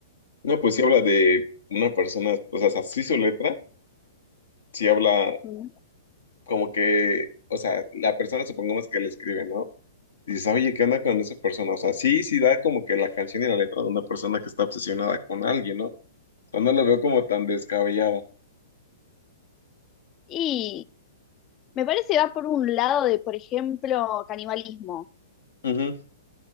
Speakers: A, on the left (about 70°); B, on the left (about 30°).
A: No, pues sí habla de una persona, o sea, así su letra, sí habla
B: Mm.
A: como que, o sea, la persona supongamos que le escribe, ¿no? Dices, oye, ¿qué onda con esa persona? O sea, sí, sí da como que la canción y la letra de una persona que está obsesionada con alguien, ¿no? O sea, no lo veo como tan descabellada.
B: Y me parece va por un lado de, por ejemplo, canibalismo.
A: Ujú.